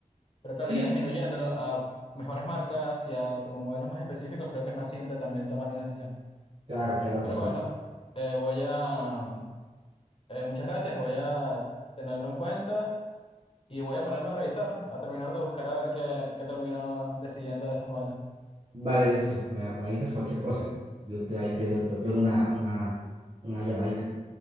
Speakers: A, on the left; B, on the right.
A: Pero claro,
B: Sí,
A: ya disminuyéndolo a mejores marcas y a como modelos más específicos, creo que es más simple también tomar una decisión.
B: claro, claro
A: Pero
B: que sí.
A: bueno, eh, voy a, eh, muchas gracias, voy a tenerlo en cuenta y voy a ponerme a revisar, a terminar de buscar a ver qué, qué termino decidiendo de esos modelos.
B: Vale, listo, me, me avisas cualquier cosa. Yo te, ahí te, doy- te pego una, una, una llamadita.